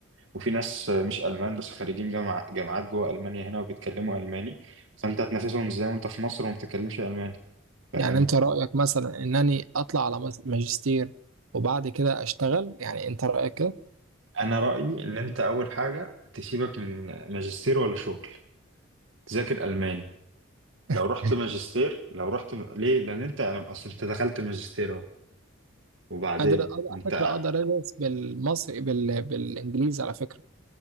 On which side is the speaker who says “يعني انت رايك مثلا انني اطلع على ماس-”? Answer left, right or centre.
Right